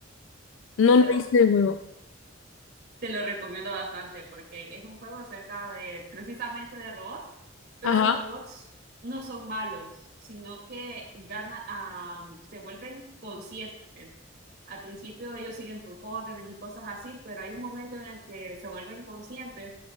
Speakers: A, on the left (about 70°); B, on the right (about 55°).
A: No
B: Sí, pero
A: lo he visto el juego.
B: Te lo recomiendo bastante porque es un juego acerca de precisamente de robots, pero
A: Ajá.
B: los robots no son malos, sino que gana, ah, se vuelven conscientes. Al principio ellos siguen tus órdenes y cosas así, pero hay un momento en el que se vuelven conscientes